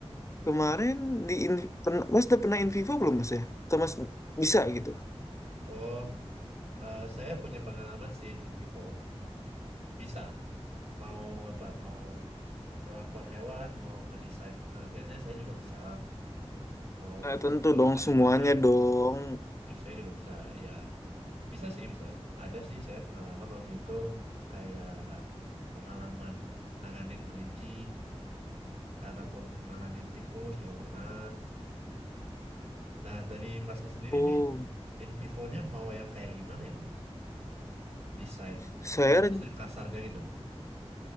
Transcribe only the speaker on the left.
kemarin di in- pen- Mas udah pernah in vivo belum Mas ya? Atau Mas bisa gitu?
Ah,
tentu dong
semuanya dong.
Oh,
saya
ren-